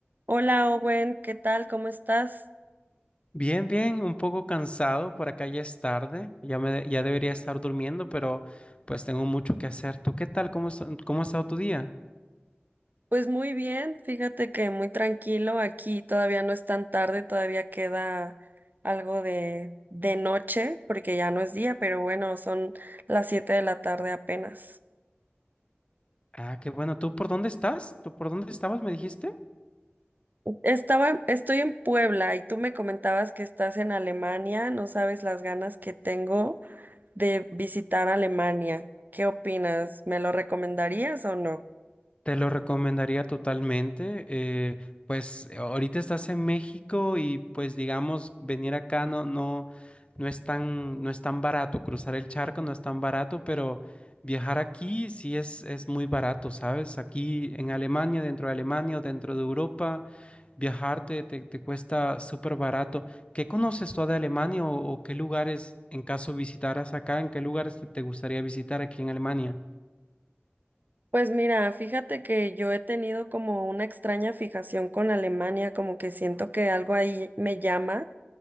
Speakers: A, on the right; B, on the left.
A: Hola Owen, ¿qué tal? ¿Cómo estás?
B: Bien, bien, un poco cansado, por acá ya es tarde, ya me, ya debería estar durmiendo, pero pues tengo mucho que hacer. ¿Tú qué tal? ¿Cómo, es- cómo ha estado tu día?
A: Pues muy bien, fíjate que muy tranquilo, aquí todavía no es tan tarde, todavía queda algo de, de noche, porque ya no es día, pero bueno, son las 7 de la tarde apenas.
B: Ah, qué bueno. ¿Tú por dónde estás? ¿Tú por dónde estabas, me dijiste?
A: Estaba, estoy en Puebla y tú me comentabas que estás en Alemania, no sabes las ganas que tengo de visitar Alemania. ¿Qué opinas? ¿Me lo recomendarías o no?
B: Te lo recomendaría totalmente. eh, pues eh, ahorita estás en México y pues digamos, venir acá no, no, no es tan, no es tan barato. Cruzar el charco no es tan barato, pero viajar aquí sí es, es muy barato, ¿sabes? Aquí en Alemania, dentro de Alemania o dentro de Europa, viajarte te, te te cuesta súper barato. ¿Qué conoces tú de Alemania o, o qué lugares, en caso visitaras acá, en qué lugares te te gustaría visitar aquí en Alemania?
A: Pues mira, fíjate que yo he tenido como una extraña fijación con Alemania, como que siento que algo ahí me llama,